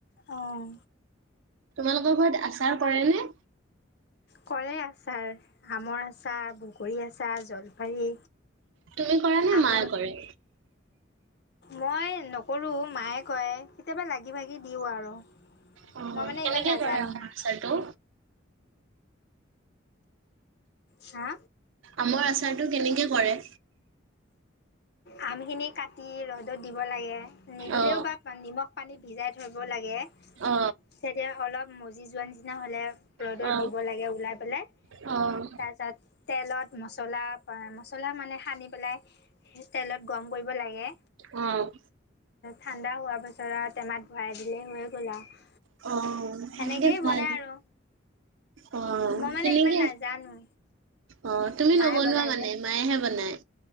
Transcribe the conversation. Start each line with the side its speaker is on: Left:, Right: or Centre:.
Left: আহ
Right: তোমালোকৰ ঘৰত আচাৰ কৰে নে
Left: কৰে আছাৰ আমৰ আচাৰ বগৰী আচাৰ জলফাৰী
Right: তুমি কৰা নে
Left: আমল
Right: মায়ে কৰে
Left: মই নকৰোঁ মায়ে কয় কেতিয়াবা লাগি ভাগি দিওঁ আৰু
Right: অ
Left: মই মানে
Right: কেনেকে
Left: ইমান নাজানো
Right: কৰে অাৰ আচাৰটো
Left: হা
Right: আমৰ আচাৰটো কেনেকে কৰে?
Left: আমখিনি কাটি ৰ'দত দিব লাগে। নিদিলেও
Right: অ
Left: বা নিমখ পানী ভিজাই থৰিব লাগে।
Right: অ।
Left: তেতিয়া অলপ মজি যোৱাৰ নিচিনা হ'লে ৰ'দত
Right: অ',
Left: দিব লাগে উওলাই পেলাই
Right: অ',
Left: তাৰ পিছত তেলত মছলা মচলা মানে সানি পেলাই তেলত গম কৰিব লাগে।
Right: অ',
Left: ঠাণ্ডা হোৱাৰ পাছত আৰু টেমাত ভৰাই দিলেই হৈয়ে গ'ল আৰু,
Right: অ সেনেকে
Left: সেনেকেই
Right: ভাল
Left: বনাই আৰু,
Right: অ',
Left: মই মানে
Right: সেনেকে
Left: ইমান নাজানো
Right: অ তুমি
Left: মায়ে
Right: নবনোৱা
Left: বনাই
Right: মানে
Left: যে।
Right: মায়েহে বনায়।